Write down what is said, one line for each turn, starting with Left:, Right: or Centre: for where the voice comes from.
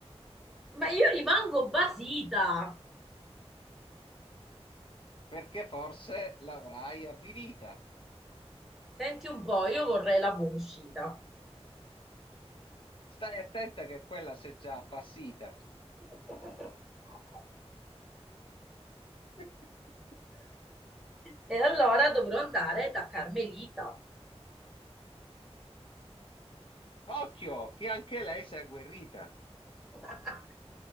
Centre: ma io rimango basita.
Left: Perché forse l'avrai avvilita.
Centre: Senti un po', io vorrei la buona uscita.
Left: Stai attenta che quella sei già appassita.
Centre: <laughs>
Left: <laughs>
Centre: E allora dovrò andare da Carmelita.
Left: Occhio, che anche lei si è agguerrita,
Centre: <laughs>